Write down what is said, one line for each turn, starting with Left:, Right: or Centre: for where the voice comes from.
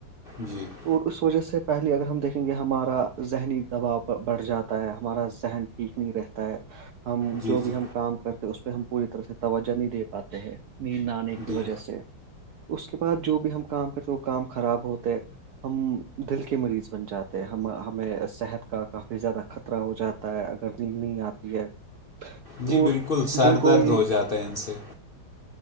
Left: جی <unintelligible>
Right: اور اس وجہ سے پہلے اگر ہم دیکھیں گے ہمارا ذہنی دباؤ بڑھ جاتا ہے ہمارا ذہن <unintelligible> ٹھیک نہیں رہتا ہے ہم
Left: جی
Right: جو
Left: جی
Right: بھی ہم کام کرتے اس پہ ہم پوری طرح سے توجہ نہیں دے پاتے ہیں نیند نہ آنے کی
Left: جی
Right: وجہ سے اس کے بعد جو بھی ہم کام کرتے وہ کام خراب ہوتے ہم دل کے مریض بن جاتے ہم ہمیں صحت کا کافی زیادہ خطرہ ہو جاتا تا ہے اگر نیند نہیں آتی ہے
Left: جی
Right: اور
Left: بالکل سر
Right: جن کو
Left: درد
Right: یہ
Left: ہو جاتا ہے ان سے